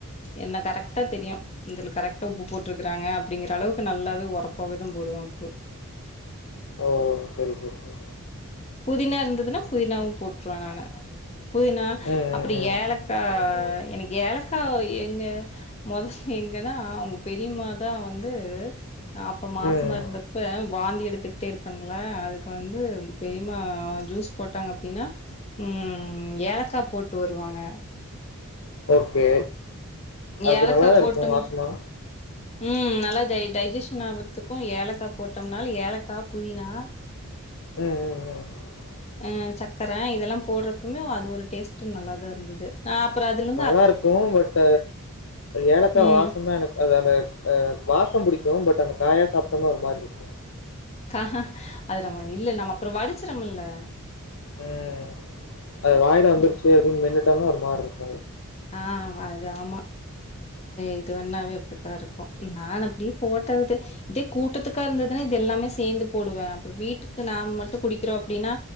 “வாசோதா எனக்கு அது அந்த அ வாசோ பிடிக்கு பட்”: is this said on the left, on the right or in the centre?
Left